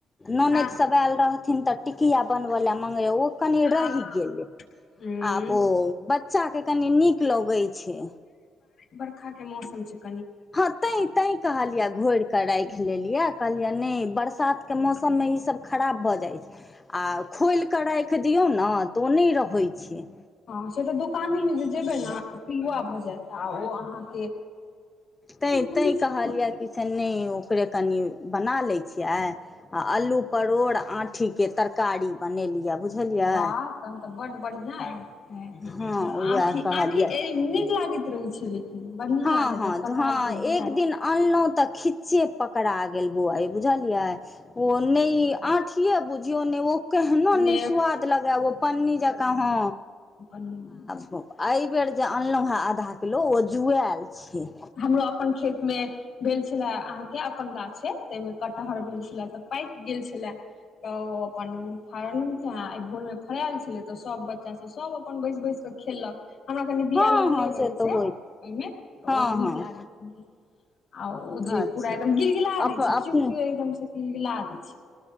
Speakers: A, on the left; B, on the left.
A: ननदि
B: हँ
A: सब आयल रहथिन तऽ टिकिया बनबे ले मंगरे ओ कनी
B: हँ
A: रहि गेलै।
B: हूँ
A: आब ओ बच्चा के कनि नीक लगै छैय।
B: बरखा के मौसम छैय।
A: हँ तैं तैं कहलियै घोरि कऽ राखि
B: ले।
A: लेलियै। कहलियै नहि बरसातके मौसममे ईसभ खराब भऽ जाइ छैय। आ खोलि कऽ राखि दियौ ने तऽ ओ नहि रहै छैय।
B: हँ से तऽ दोकानोमे जे जेबै ने पिलुआ भऽ जायत आ ओ अहाँके
A: तैँ
B: बुझै
A: तैँ कहलियै
B: छियै
A: कि से नहि ओकरे कनि बना लैत छियै आय। आ अलू परोड़ आँठीके तरकारी बनेलियै बुझलियै।
B: वाह तहन तऽ बड बढ़िया अय
A: हँ उएह कहलियै
B: आंठी नीक लागैत रहै छैय। बढ़ियां
A: हँ
B: लागे
A: हँ
B: कटहल
A: हँ
B: के बिया
A: एक दिन अनलहुँ तऽ खिच्चे पकड़ा गेल बौआ यै बुझलियै। ओ नहि आठीये बुझियौ नहि वो केहनो
B: ने
A: नहि स्वाद लगै। पन्नी जकाँ हँ।
B: <unintelligible>
A: एहिबेर जे अनलहुँ हे आधा किलो ओ जुआएल छैय।
B: हमरो अपन खेत मे भेल छलै अहाँके अपन गाछ अय। ताहिमे कटहर भेल छले तऽ पाकि गेल छले तऽ ओ अपन फारलहू। तैँ आइ भोरमे फड़यल छलै तऽ सभ बच्चासभ सभ अपन बैसि बैस कऽ खेलक। हमरा कनी बिया
A: हँ
B: लगले
A: हँ
B: रहै
A: से तऽ
B: छैय ओहिमे
A: होइ हँ
B: ओ नीक
A: हँ
B: लागैत छैय। आ ओ जे
A: अच्छा
B: पूरा एकदम गिलगिला
A: अप
B: दै
A: अपने
B: छैय केओ केओ एकदम से गिलगिला दय छैय।